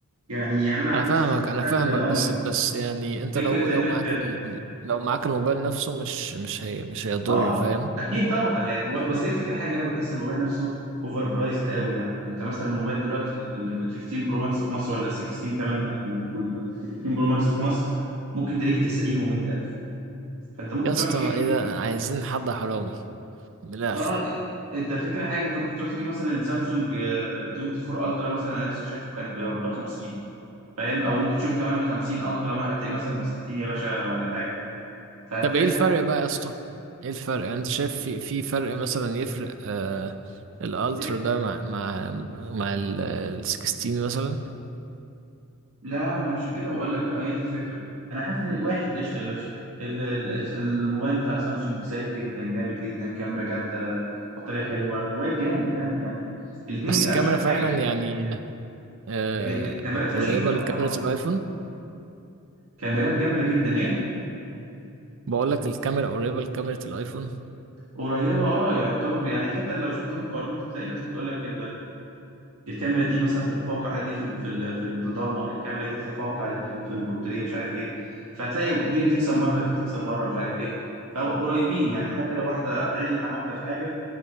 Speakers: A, on the right (about 80°); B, on the right (about 60°).
A: يعني يعني انا عن
B: انا فاهمك
A: نفسي شفت
B: انا فاهمك
A: حد اه
B: بس بس يعني انت
A: فكره
B: لو لو
A: انك
B: معاك ال... لو معاك الموبايل نفسه مش مش هي... مش هيضر
A: اه
B: فاهم
A: اكيد طبعا يعني الموبايل بس هي الفكره حاجه انا بحس ان الموبايل نفسه اوفر برايزد قوي يعني انت مثلا الموبايل دلوقتي ال ال- 15 برو ماكس في مصر ولا ال 16 كمان آه، اللي موجود دلوقتي 16 برو ماكس في مصر ممكن تلاقيه في 90 و100 الف فانت ممكن
B: يا اسطى
A: تروح تجيب
B: ايه ده عايزين حد حرامي من الاخر
A: اه انت فكره حاجه انت ممكن تروح تجيب مثلا السامسونج آه، ال 24 الترا مثلا انا لسه شايفه كان ب 50 فاهم او ممكن تشوف كمان ال 50 الترا ما هتلاقيه مثلا ب 60 يا باشا ولا حاجه فهتلاقي
B: طب ايه الفرق
A: فاهم
B: بقى يا اسطى ايه الفرق يعني انت شايف في في فرق مثلا يفرق آه... الالترا
A: إيه؟
B: ده مع مع مع ال ال 16 مثلا
A: لا انا عشان كده بقول لك بقى هي دي الفكره انا حاسس ان واحد قشطه يا باشا ال- ال- الموبايل بتاع سامسونج سريع جدا جامد جدا كاميرا جامده بطاريه حلوه الموبايل جامد فاهم يعني الاثنين
B: بس
A: افشخ
B: الكاميرا فعلا
A: حاجه
B: يعني آه...
A: الاثنين كاميرات
B: قريبة
A: فشيخه اه
B: لكاميرا
A: طبعا
B: الايفون
A: كاميرات جامده جدا ايه
B: بقول لك الكاميرا قريبة لكاميرا الايفون
A: قريبه اه يعني طبعا يعني حتى لو شفت مقارنات هتلاقي ناس بتقول لك الكاميرا دي مثلا تتفوق على دي في ال- في ال- في الضلمه الكاميرا دي تتفوق على دي في ال- في البورتريه مش عارف ايه فهتلاقي دي دي تكسب مره دي تكسب مره مش عارف ايه فقريبين يعني حتى لو واحده عليت عن واحده في حاجه